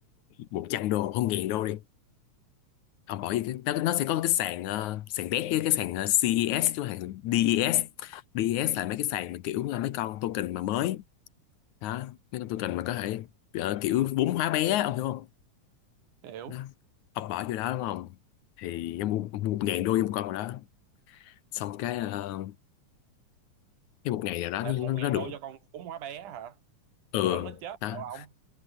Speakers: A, on the left; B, on the right.
A: một, trăm đô không ngàn đô đi ông bỏ vô cái nó, nó sẽ có cái sàn ờ, sàn đét với cái sàn ờ, CES chứ hàng DES DES là mấy cái sàn mà kiểu là mấy con token mà mới đó mấy con token mà có thể ờ, kiểu vốn hóa bé á, ông hiểu không
B: hiểu
A: đó ông bỏ vô đó đúng không thì ông mua, mua một ngàn đô vô một con vào đó xong cái ờ, cái một ngày nào đó
B: là
A: nó,
B: một
A: nó nó
B: ngàn
A: được
B: đô cho con cún hóa bé hả
A: ừ
B: rồi đó nó chết
A: đó
B: sao ông